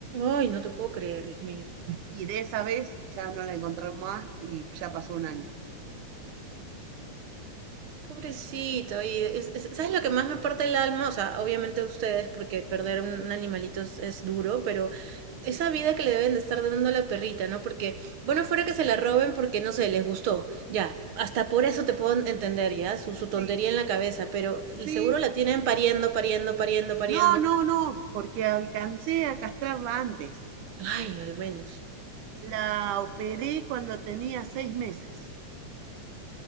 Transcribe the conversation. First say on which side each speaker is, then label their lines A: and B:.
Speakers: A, on the right (about 55°); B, on the right (about 80°).
A: Ay, no te puedo creer, Dios mío.
B: Y de esa vez ya no la encontré más y ya pasó un año.
A: Pobrecito, y es- es- ¿sabes lo que más me parte el alma? O sea, obviamente ustedes, porque perder un, un animalito es, es duro, pero esa
B: Sí,
A: vida que le deben de estar dando a la perrita, ¿no? Porque, bueno, fuera que se la roben porque, no sé, les gustó, ya, hasta por eso te puedo entender, ya, su, su tontería
B: sí,
A: en la cabeza, pero
B: sí.
A: seguro la tienen pariendo, pariendo, pariendo, pariendo.
B: No, no, no, porque alcancé a castrarla antes.
A: Ay, al menos.
B: La operé cuando tenía seis meses.